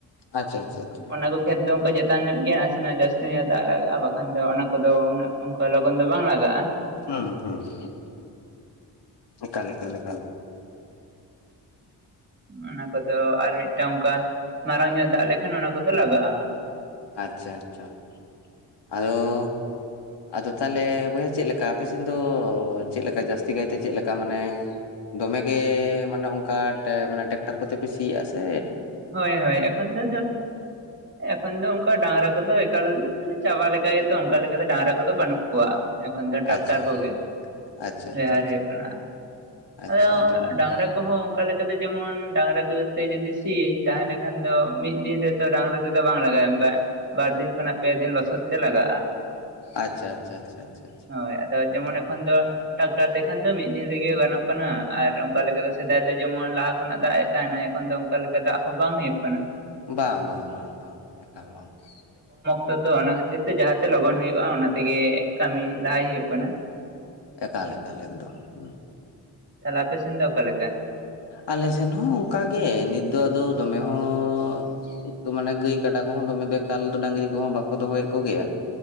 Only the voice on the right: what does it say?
ᱚᱱᱟ ᱠᱚ ᱠᱷᱮᱛ ᱫᱚ ᱚᱱᱠᱟ ᱪᱮᱛᱟᱱ ᱧᱚᱜ ᱜᱮᱭᱟ ᱱᱟᱥᱮᱱᱟᱜ ᱡᱟᱹᱥᱛᱤ ᱧᱚᱜ ᱫᱟᱜ ᱞᱟᱜᱟᱜᱼᱟ ᱵᱟᱠᱷᱟᱱ ᱫᱚ ᱚᱱᱟ ᱠᱚᱫᱚ ᱩᱱᱟᱹᱜ ᱞᱚᱜᱚᱱ ᱫᱚ ᱵᱟᱝ ᱞᱟᱜᱟᱜᱼᱟ,
ᱚᱱᱟ ᱠᱚᱫᱚ ᱟᱨ ᱢᱤᱫᱴᱟᱝ ᱚᱝᱠᱟ ᱢᱟᱨᱟᱝ ᱧᱚᱜ ᱫᱟᱜ ᱞᱮᱠᱷᱟᱱ ᱚᱱᱟ ᱠᱚᱫᱚ ᱞᱟᱜᱟᱜᱼᱟ ᱦᱟᱸᱜ ᱾
ᱦᱳᱭ ᱦᱳᱭ ᱮᱠᱷᱚᱱ ᱫᱚ, ᱮᱠᱷᱚᱱ ᱫᱚ ᱚᱝᱠᱟ ᱰᱟᱝᱨᱟ ᱠᱚᱫᱚ ᱮᱠᱟᱞ ᱪᱟᱵᱟ ᱞᱮᱠᱟ ᱜᱮᱛᱚ ᱚᱱᱠᱟ ᱞᱮᱠᱟᱫᱚ ᱰᱟᱝᱨᱟ ᱠᱚᱫᱚ ᱵᱟᱹᱱᱩᱜ ᱠᱚᱣᱟ ᱮᱠᱷᱚᱱ ᱫᱚ ᱴᱮᱠᱴᱟᱨ
ᱠᱚᱜᱮ ᱾
ᱵᱮᱦᱟᱨ
ᱦᱳᱭᱳᱜ ᱠᱟᱱᱟ
ᱟᱫᱚ
ᱰᱟᱝᱨᱟ ᱠᱚᱦᱚᱸ ᱚᱱᱠᱟ ᱞᱮᱠ ᱛᱮᱫᱚ ᱡᱮᱢᱚᱱ ᱰᱟᱝᱨᱟ ᱠᱚ ᱠᱚᱛᱮ ᱡᱩᱫᱤ ᱥᱤᱭᱤ ᱛᱟᱦᱟᱞᱮ ᱠᱷᱟᱱ ᱫᱚ ᱢᱤᱫ ᱫᱤᱱ ᱨᱮᱛᱚ ᱰᱟᱝᱨᱟ ᱛᱮᱫᱚ ᱵᱟᱝ ᱞᱟᱜᱟᱜ <unintelligible> ᱵᱟᱨ ᱫᱤᱱ ᱠᱷᱚᱱᱟᱜ ᱯᱮ ᱫᱤᱱ ᱞᱚᱥᱚᱫ ᱛᱮ ᱞᱟᱜᱟᱜᱼᱟ
᱾
ᱦᱳᱭ ᱟᱫᱚ
ᱡᱮᱢᱚᱱ ᱮᱠᱷᱚᱱ ᱫᱚ, ᱴᱟᱠᱴᱟᱨ ᱛᱮᱠᱷᱟᱱ ᱫᱚ ᱢᱤᱜᱫᱤᱱ ᱨᱮᱜᱮ ᱜᱟᱱᱚᱜ ᱠᱟᱱᱟ ᱟᱨ ᱚᱝᱠᱟ ᱞᱮᱠᱟ ᱫᱚ ᱥᱮᱫᱟᱭ ᱫᱚ ᱡᱮᱢᱚᱱ ᱞᱟᱦᱟ ᱠᱷᱚᱱᱟᱜ ᱫᱟᱜ ᱮᱜ ᱛᱟᱦᱮᱱᱟ ᱮᱠᱷᱚᱱ ᱫᱚ ᱚᱝᱠᱟ ᱞᱮᱠᱟ ᱫᱟᱜ ᱦᱚᱸ ᱵᱟᱝ ᱦᱩᱭᱩᱜ ᱠᱟᱱᱟ ᱾
ᱛᱚ ᱛᱚ ᱚᱱᱟ ᱠᱷᱟᱹᱛᱤᱨ ᱛᱮ ᱡᱟᱦᱟᱸᱛᱮ ᱞᱚᱜᱚᱱ ᱦᱩᱭᱩᱜᱼᱟ ᱚᱱᱟ ᱛᱮᱜᱮ ᱠᱟᱹᱢᱤ ᱞᱟᱦᱟᱭ ᱦᱩᱭᱩᱜ ᱠᱟᱱᱟ ᱾
ᱛᱷᱟᱞᱮ ᱟᱯᱮ ᱥᱮᱱ ᱫᱚ ᱚᱠᱟ ᱞᱮᱠᱟ?